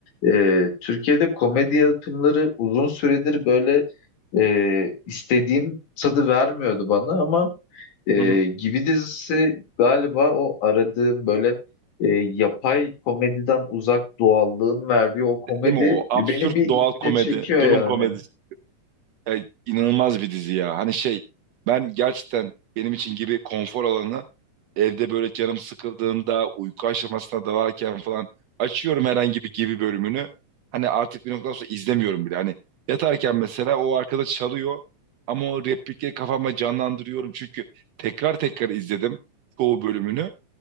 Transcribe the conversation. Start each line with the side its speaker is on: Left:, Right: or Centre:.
Left: e, Türkiye'de komedi yapımları uzun süredir böyle e, istediğim tadı vermiyordu bana ama e,
Right: Hı hı.
Left: Gibi dizisi galiba o aradığım böyle e, yapay komediden uzak doğallığın verdiği o komedi
Right: Değil mi o absürt
Left: beni bir
Right: doğal
Left: içine
Right: komedi,
Left: çekiyor
Right: durum
Left: yani.
Right: komedisi. Ya, inanılmaz bir dizi ya. Hani şey ben gerçekten benim için gibi konfor alanı evde böyle canım sıkıldığında uyku aşamasına dalarken falan açıyorum herhangi bir gibi bölümünü. Hani artık bir noktadan sonra izlemiyorum bile. Hani yatarken mesela o arkada çalıyor ama o replikleri kafama canlandırıyorum çünkü tekrar tekrar izledim çoğu bölümünü.